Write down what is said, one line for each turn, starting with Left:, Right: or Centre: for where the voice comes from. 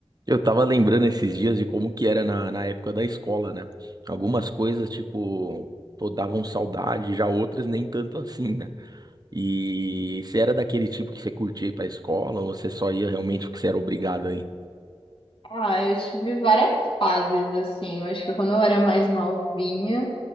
Right: Eu tava lembrando esses dias de como que era na, na época da escola, né? Algumas coisas, tipo, pô, davam saudade, já outras nem tanto assim, né? E você era daquele tipo que você curtia ir pra escola ou você só ia realmente porque você era obrigado aí?
Left: Ah, eu tive várias fases, assim. Eu acho que quando eu era mais novinha,